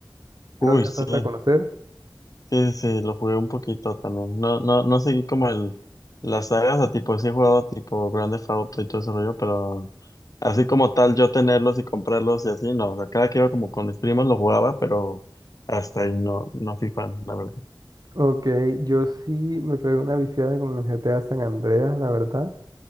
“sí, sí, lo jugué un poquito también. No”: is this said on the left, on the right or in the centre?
Left